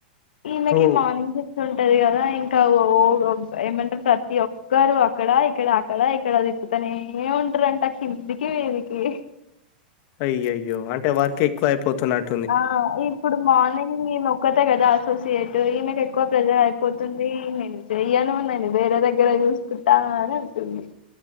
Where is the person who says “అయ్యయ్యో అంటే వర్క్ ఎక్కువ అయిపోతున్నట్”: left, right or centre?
Left